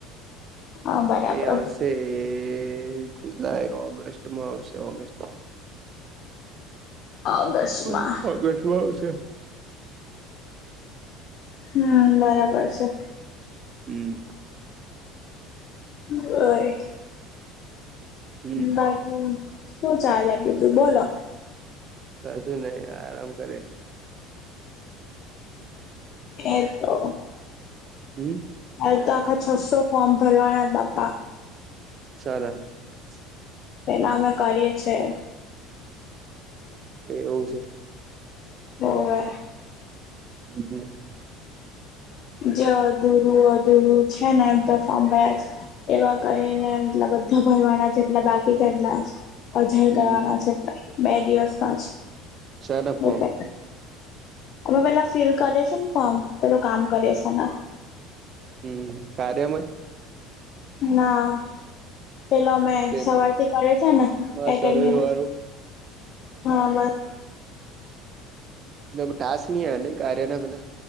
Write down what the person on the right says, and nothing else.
એ આવશે એ જુલાઈ ઓગસ્ટમાં આવશે ઓગસ્ટ
ઓગસ્ટમાં આવશે
હમ્મ
હમ
કશું નહી આરામ કરે
હમ.
સરસ
એ એવું છે.
હ.
હમ
સારા
ફોર્મ
હમ કારરે્યમ
પેલ
હા
સર્વે વાળું
ટાસ્ક ન ન કાર્યાના પેલા